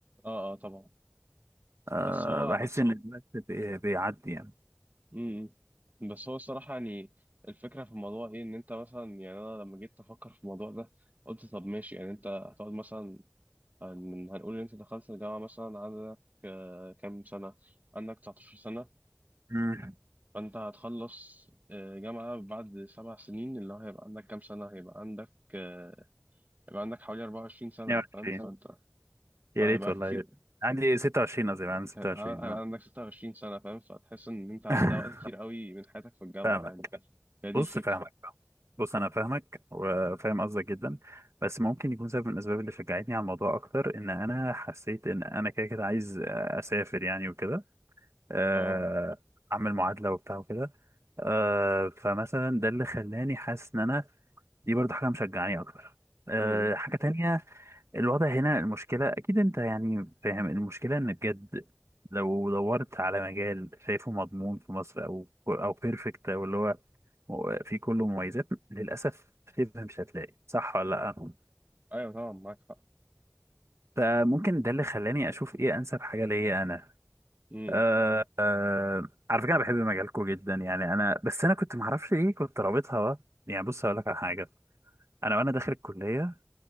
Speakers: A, on the right; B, on the right.
A: اه اه طبعا
B: أه
A: بس هو
B: بحس ان أصلا الوقت بي- بيعدي يعني
A: امم بس هو الصراحة يعني الفكرة في الموضوع ايه ان انت مثلا يعني انا لما جيت افكر في الموضوع ده قلت طب ماشي يعني انت هتقعد مثلا هن- هنقول ان انت دخلت الجامعة مثلا عندك آه، كام سنة عندك 19 سنة
B: امم
A: فانت هتخلص آه، جامعة بعد سبع سنين اللي هو هيبقى عندك كام سنة هيبقى عندك آه، هيبقى عندك حوالي 24 سنة
B: 22
A: فاهم فانت
B: طبعا يا
A: فهيبقى
B: ريت والله
A: كتير
B: عندي 26 قصدي عندي 26
A: هيبقى
B: اه
A: عندك 26 سنة فاهم فتحس إن أنت عدى
B: <laughs>
A: وقت كتير قوي من حياتك في الجامعة
B: فاهمك
A: يعني هي دي
B: بص
A: الفكرة
B: فاهمك بص انا فاهمك وفاهم قصدك جدا بس ممكن يكون سبب من الاسباب اللي شجعتني على الموضوع اكتر ان انا حسيت ان انا كده كده عايز اسافر يعني وكده آه،
A: اه
B: اعمل معادله وبتاع وكده آه، فمثلا ده اللي خلاني حاسس ان انا دي برضه حاجه مشجعاني اكتر آه،
A: امم
B: حاجه تانية الوضع هنا المشكله اكيد انت يعني فاهم المشكله ان بجد لو دورت على مجال شايفه مضمون في مصر او او بيرفكت او اللي هو في كله مميزات للاسف شبه مش هتلاقي صح ولا لا
A: ايوه طبعا معاك حق
B: فممكن ده اللي خلاني اشوف ايه انسب حاجه ليا انا
A: امم
B: آه آه على فكره انا بحب مجالكم جدا يعني انا بس انا كنت معرفش ليه كنت رابطها بقى. يعني بص هقول لك على حاجه انا وانا داخل الكليه